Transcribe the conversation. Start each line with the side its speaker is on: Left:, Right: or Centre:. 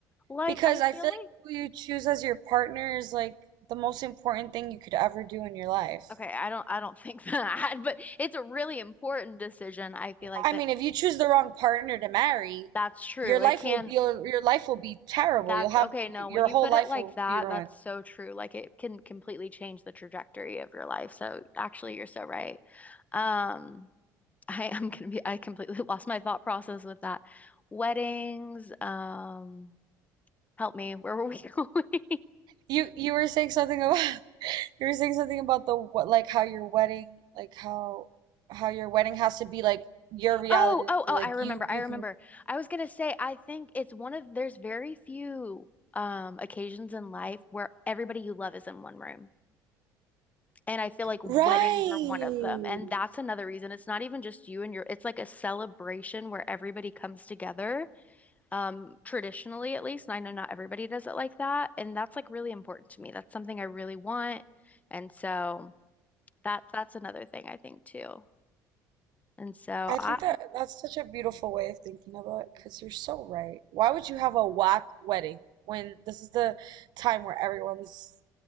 Left: Like
Right: Because
Left: I
Right: I
Left: feel
Right: feel
Left: like
Right: like who you choose as your partner is like the most important thing you could ever do in your life.
Left: okay, I don't I don't think that, <laughs> but it's a really important decision, I feel like,
Right: I
Left: but
Right: mean, if you choose the wrong partner to marry,
Left: That's true.
Right: your life
Left: It can,
Right: will be your your life will be terrible.
Left: that's
Right: You'll have
Left: okay. No,
Right: your
Left: when you
Right: whole
Left: put
Right: life
Left: it like
Right: will
Left: that,
Right: be ruined.
Left: that's so true. Like it can completely change the trajectory of your life. So actually, you're so right. Um, <laughs> I am gonna be, I completely <laughs> lost my thought process with that. Weddings, um, help me. Where were we <laughs> going?
Right: You you were saying something about <laughs> You were saying something about the what, like how your wedding, like how how your wedding has to be like your reality,
Left: Oh, oh, oh,
Right: like
Left: I remember.
Right: you you
Left: I remember.
Right: can.
Left: I was gonna say, I think it's one of, there's very few um occasions in life where everybody you love is in one room. And I feel like weddings
Right: Right.
Left: are one of them. And that's another reason. It's not even just you and your, it's like a celebration where everybody comes together, um, traditionally at least. And I know not everybody does it like that. And that's like really important to me. That's something I really want. And so that that's another thing I think too. And so
Right: I
Left: I
Right: think that that's such a beautiful way of thinking about it because you're so right. Why would you have a whack wedding when this is the time where everyone's